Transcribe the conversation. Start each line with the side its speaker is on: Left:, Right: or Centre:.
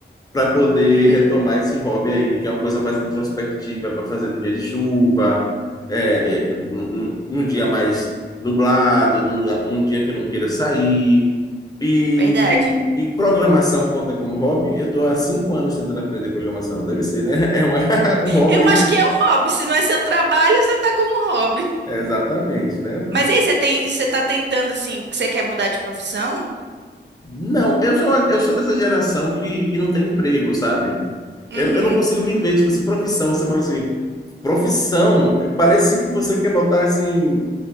Left: para poder
Right: uhum,
Left: retomar esse hobby aí, que é uma coisa mais introspectiva para fazer no dia de chuva, é, é, num, num dia mais nublado, num, lugar- num dia que eu não queira sair. E,
Right: verdade.
Left: e programação conta como hobby? Eu estou há cinco anos tentando aprender programação, deve ser, né? É uma- <laughs> um hobby.
Right: Eu acho que é um hobby. Se não é seu trabalho, você tá como um hobby.
Left: Exatamente, né?
Right: Mas e aí, você tem, você tá tentando assim, porque você quer mudar de profissão?
Left: Não, eu sou, eu sou dessa geração que, que não tem emprego, sabe?
Right: Uhum.
Left: Eu, eu não consigo me ver, tipo assim, profissão, você fala assim, profissão, parece que você quer botar assim,